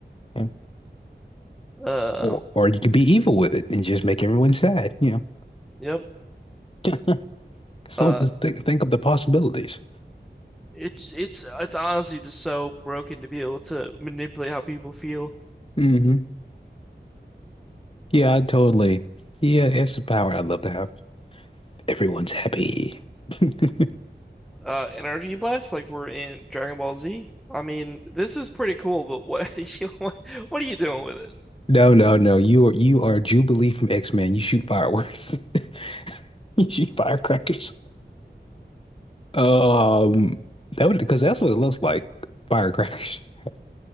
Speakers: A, on the left (about 30°); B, in the centre.
A: Yeah.
B: Uh
A: or or you could be evil with it and just make everyone sad. You
B: yep.
A: know, <laughs> so
B: Uh
A: just think think of the possibilities.
B: it's it's it's honestly just so broken to be able to manipulate how people feel.
A: hmm Yeah, I totally. Yeah, it's a power I'd love to have. Everyone's happy. <laughs>
B: Uh energy blast like we're in Dragon Ball Z. I mean, this is pretty cool, but what <laughs> you know, what, what are you doing with it?
A: No, no, no. You are you are Jubilee from X-Men. You shoot fireworks. <laughs> You shoot firecrackers. Um, that would because that's what it looks like. Firecrackers. <laughs>